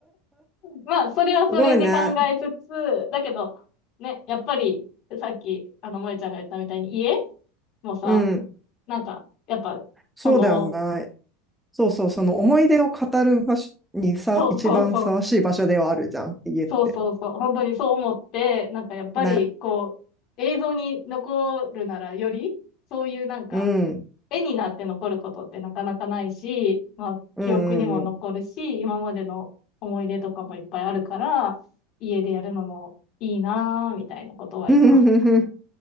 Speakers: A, on the left; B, in the centre.
A: まあ、それはそれで考えつつ、
B: すごいね。
A: だけど、ね、やっぱり、さっき、あの、萌えちゃんが言ったみたいに、家もさ、
B: うん。
A: なんか、やっぱ、
B: そうだよね。
A: その、
B: そうそう、その思い出を語る場所にさ、
A: そうそうそう
B: 一番ふさわしい場所ではあるじゃん、家って。
A: そうそうそう、本当にそう思って、なんかやっぱりこう、
B: ね。
A: 映像に残るならより、そういうなんか、
B: うん。
A: 絵になって残ることってなかなかないし、まあ、
B: うん、
A: 記憶にも残るし、
B: うんうん。
A: 今までの思い出とかもいっぱいあるから、家でやるのもいいなぁ、みたいなことは今、
B: <laughs>